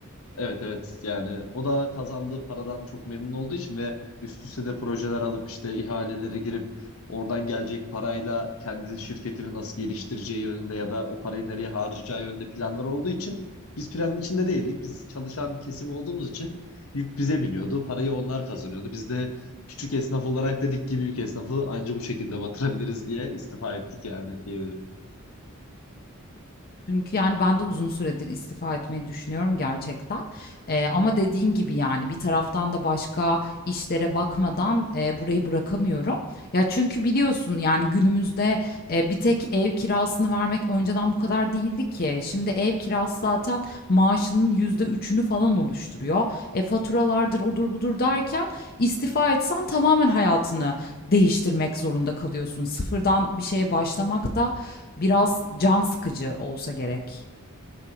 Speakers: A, on the left (about 80°); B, on the left (about 45°).
A: evet evet yani o da kazandığı paradan çok memnun olduğu için ve üst üste de projeler alıp işte ihalelere girip oradan gelecek parayla kendi şirketini nasıl geliştireceği yönünde ya da o parayı nereye harcayacağı yönünde planlar olduğu için biz planın içinde değildik. Biz çalışan kesim olduğumuz için yük bize biniyordu. Parayı onlar kazanıyordu. Biz de küçük esnaf olarak dedik ki büyük esnafı anca bu şekilde batırabiliriz diye istifa ettik yani diyebilirim.
B: Çünkü yani ben de uzun süredir istifa etmeyi düşünüyorum gerçekten. Eee, ama dediğin gibi yani bir taraftan da başka işlere bakmadan eee, burayı bırakamıyorum. Ya çünkü biliyorsun yani günümüzde eee, bir tek ev kirasını vermek önceden bu kadar değildi ki. Şimdi ev kirası zaten maaşının yüzde üçünü falan oluşturuyor. E, faturalardır odur budur derken istifa etsen tamamen hayatını değiştirmek zorunda kalıyorsun. Sıfırdan bir şeye başlamak da Biraz can sıkıcı olsa gerek.